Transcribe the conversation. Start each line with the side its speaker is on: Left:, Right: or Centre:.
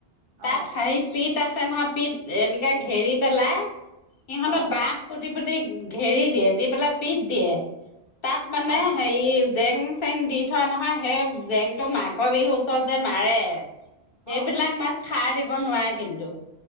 Right: অ
Left: তাত হহি পিত আছে নহয় পিত এনেকে ঘেৰি পেলাই সিহঁতে
Right: অ
Left: বহ কু পুট পুতি ঘেৰি দিয়ে দি পেলাই পিট দিয়ে তাত মানে
Right: অ
Left: হেৰি জেং চেং দি থোৱা নহয়, সেই জেংটো মাঘৰ বিহুৰ ওচৰত যে মাৰে
Right: অ
Left: সেইবিলাক মাছ খাৰ দিব নোৱাৰে কিন্তু।